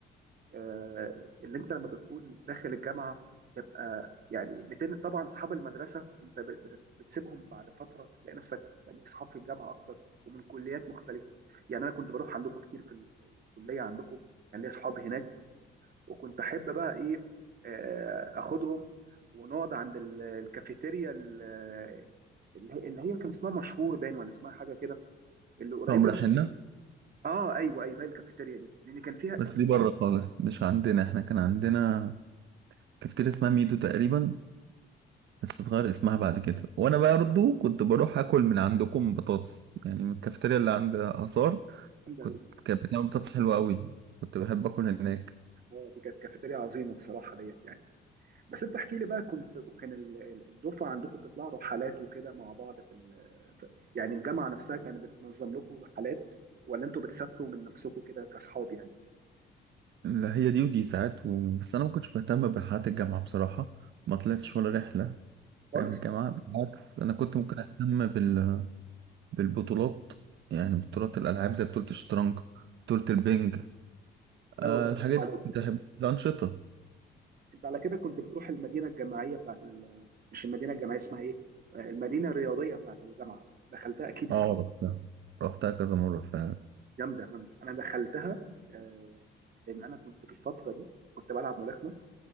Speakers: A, on the right (about 50°); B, on the right (about 65°).
A: آه، اللي انت لما بتكون داخل الجامعه تبقى يعني بتن... طبعا اصحاب المدرسه انت بت... بت- بتسيبهم بعد فتره تلاقي نفسك بقى ليك اصحاب في الجامعه اكتر ومن كليات مختلفه يعني انا كنت بروح عندكم كتير في ال- الكليه عندكم كان ليا اصحاب هناك وكنت احب بقى ايه آه، اخدهم ونقعد عند ال- الكافيتيريا ال- اللي هي اللي هي كان اسمها مشهور باين ولا اسمها حاجه كده اللي قريبه
B: هم رايحين
A: من-
B: لنا.
A: اه ايوه ايوه هي الكافيتيريا دي لان كان فيها
B: بس دي بره خالص مش عندنا احنا كان عندنا كافتيريا اسمها ميدو تقريبا بس اتغير اسمها بعد كده وانا برضه كنت بروح اكل من عندكم بطاطس يعني من الكافتيريا اللي عند اثار
A: جامده
B: كنت
A: قوي دي
B: كانت بتعمل بطاطس حلوة قوي كنت بحب اكل هناك
A: آه، دي كانت كافيتيريا عظيمه الصراحه ديت يعني بس انت احكي لي بقى كنت كان ال- ال- الدفعه عندكم بتطلعوا رحلات وكده مع بعض في, ال- في يعني الجامعه نفسها كانت بتنظم لكم رحلات ولا انتوا بتسافروا من نفسكم كده كاصحاب يعني
B: لا هي دي ودي ساعات و... بس انا ما كنتش مهتم برحلات الجامعة بصراحة ما طلعتش ولا رحلة
A: خالص
B: فاهم الجامعة بالعكس انا كنت ممكن اهتم بال... بالبطولات يعني بطولات الالعاب زي بطولة الشطرنج بطولة البنج
A: لا
B: أه
A: والله
B: الحاجات
A: برافو عليك.
B: دي كنت احب الانشطة
A: انت على كده كنت بتروح المدينه الجامعيه بتاعت ال... مش المدينه الجامعيه اسمها ايه آه، المدينه الرياضيه بتاعت الجامعه دخلتها اكيد كتير
B: اه رحتها رحتها كذا مرة فعلا
A: جامده جامده انا دخلتها آه، لان انا كنت في الفتره دي كنت بلعب ملاكمه